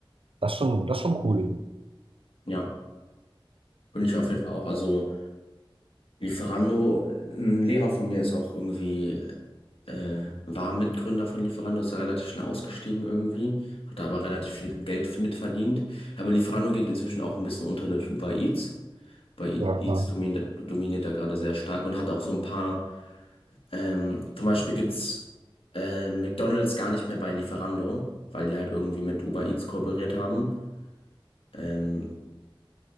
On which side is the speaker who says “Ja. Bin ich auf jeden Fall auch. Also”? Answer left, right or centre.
Left